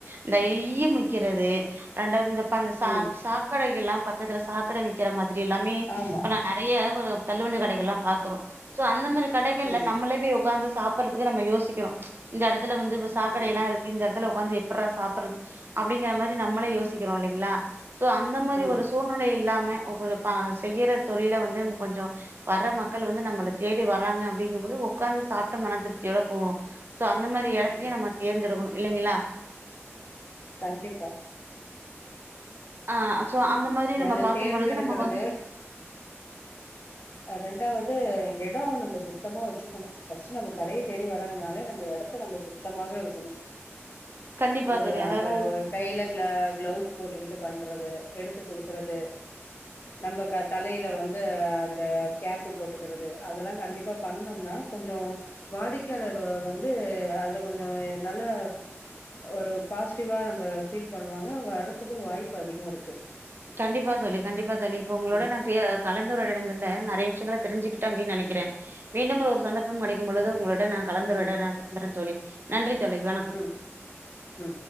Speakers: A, on the right; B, on the left.
A: இந்த ஏய்ப் ஈ முக்கிறது
B: ம்
A: ரெண்டாவது இந்த அந்த பா சா
B: ம்
A: சாக்கடைகள்லா பக்கத்துல சாக்கடை நிக் விக்கிற மா மாதிரி எல்லாமே
B: ஆமா
A: இப்ப நா நெறைய ஒருப் தள்ளுவண்டி கடைகள்லா பாக்கறோ சோ அந்த மாரி கடைகள்ல
B: ம்
A: நம்மளே போய் ஒக்காந்து சாப் சாப்பறதுக்கு நம்ம யோசிக்கிறோ இந்த எடத் பக்கத்துல வந்து சாக்கடைல்லா
B: ம்
A: இருக்கு இந்த எடத்துல ஒக்காந்து எப் எப்பட்ற சாப்பறது அப்படிங்கற மாதிரி நம்மளே யோசிக்கிறோ இல்லைங்களா சோ அந்த மாரி
B: ம்
A: ஒரு சூழ்நிலை இல்லாம செய்யற தொழில வந்து நம்ம கொஞ்ச வர்ற மக்கள் வந்து நம்மள தேடி வர்றாங்க அப்டிங்கும்போது ஒக்காந்து சாப்பிட்ட மன திருப்தியோட போணு சோ அந்த மாரி இடத்தையு
B: ம்
A: நம்ம தேர்ந்தெடுக்கணு இல்லைங்ளா
B: கண்டிப்பா
A: ஆ சோ அந்த மாதிரி நம்ம
B: அத
A: பாக்கும்பொழுது
B: தேர்ந்தெடுக்கிறது
A: நமக்கு வந்து
B: ரெண்டாவது எட நம்ம சுத்தமா வச்சுக்கணு ஃபஸ்ட்டு நம்ம கடைய தேடி வர்றாங்கனாலே நம்ம எடத்த நம்ம சுத்தமாக இருக்கணு
A: கண்டிப்பா
B: ஒரு
A: தோழி அதாவது
B: நம்ம கையில கிளா கிளவுஸ் போட்டுக்கிட்டு பண்றது எடுத்து குடுக்கறது நம்ம க தலையில வந்து அந் ஆ இந்த கேப்பு போட்டுக்கிறது அதெல்லா கண்டிப்பா பண்ணோம்னா கொஞ்ச வாடிக்கையாளர் வந்து அத கொஞ்ச நல்லா ஒரு பாசிட்டிவா நம்ம ஃபீல் பண்ணுவாங்க வர்றதுக்கு வாய்ப்பு அதிக இருக்கு
A: கண்டிப்பா தோழி கண்டிப்பா தோழி இப்ப உங்களோட
B: ம்
A: நா பே கலந்துர <unintelligible> ந நெறைய விஷயங்கள தெரிஞ்சுக்கிட்ட அப்பனு நெனைக்கிறே மீண்டும் ஒரு சந்தர்பம் கெடைக்கும் பொழுது உங்களோட நா கலந்துட
B: ம்
A: நா <unintelligible> தோழி நன்றி தோழி வணக்கம்
B: ம் ம்